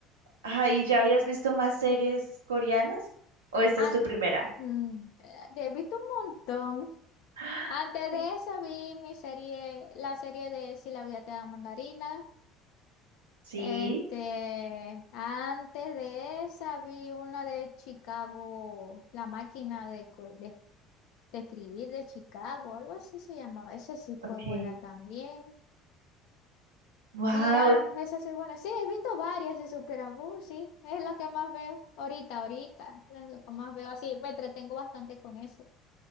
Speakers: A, on the right (about 80°); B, on the left (about 65°).
A: Ah, ¿y ya habías visto más series coreanas? ¿O esta
B: An-
A: es tu primera?
B: mm, eh, he visto un montón.
A: Ah,
B: Antes de esa vi mi serie, la serie de Si la vida te da mandarina.
A: Sí,
B: Este, antes de esa vi una de Chicago, La máquina de, co- de, de escribir de Chicago, algo así se llamaba. Esa sí fue
A: ok.
B: buena también.
A: Wow,
B: Y ah, esa sí es buena. Sí, he visto varias, se supera. Uh, sí, es lo que más veo ahorita, ahorita. Es lo que más veo así. Me entretengo bastante con eso.